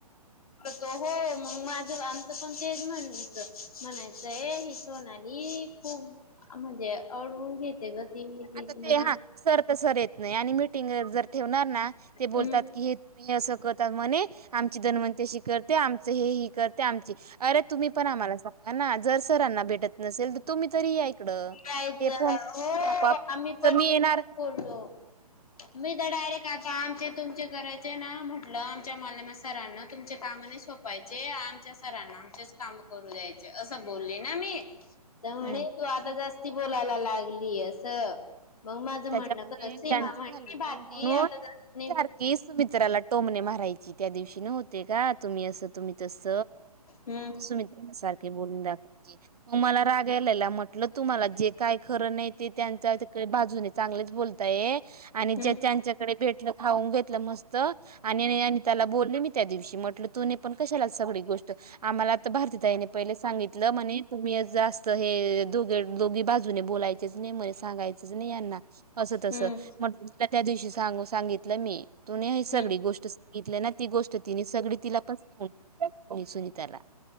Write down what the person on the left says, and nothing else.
तो हो मग माझं आमचं पण, तेच म्हणच म्हणायचंय ही सोनाली खूप म्हणजे अडवून घेते ग ती ती
म्हणा
हम्म
कायचं
हो
आम्ही पणलो
मी <unintelligible> डायरेक्ट आता आमचे तुमचे करायचे ना म्हटलं आमच्या मालमा सरांना तुमच्या कामाने सोपायचे, जे आमच्या सरांना आमचेच काम करू दयचे असं बोलले ना मी तर म्हणे
तू आता जास्ती बोलायला लागली असं. मग माझं
म्हणणं सीमा
म्हण
भाती
आता जास्त नाही
हम्म
हम्म
हम्म
हम्म